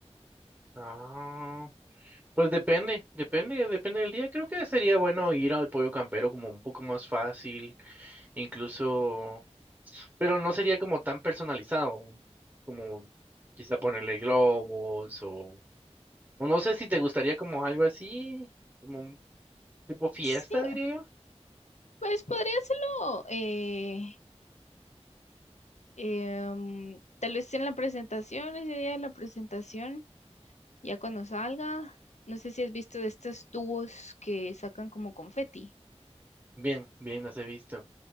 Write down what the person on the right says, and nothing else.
Ah, pues depende, depende, depende del día. Creo que sería bueno ir al pollo campero como un poco más fácil, incluso, pero no sería como tan personalizado, como quizá ponerle globos o, o no sé si te gustaría como algo así, como un tipo fiesta,
diría yo.
Bien, bien, las he visto.